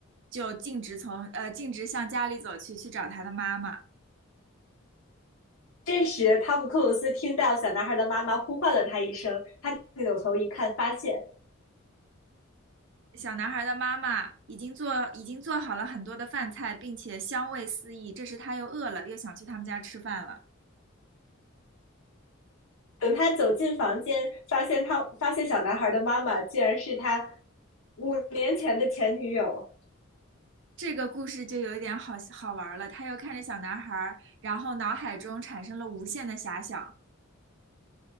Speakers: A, on the right (about 60°); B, on the left (about 90°).
A: 就径直从呃径直向家里走去，去找他的妈妈。
B: 这时，汤姆克鲁斯听到小男孩的妈妈呼唤了他一声，他扭头一看，发现
A: 小男孩的妈妈已经做已经做好了很多的饭菜，并且香味四溢。这时他又饿了，又想去他们家吃饭了。
B: 等他走进房间，发现他发现小男孩的妈妈竟然是他五年前的前女友。
A: 这个故事就有一点好好玩了。他又看着小男孩，然后脑海中产生了无限的遐想。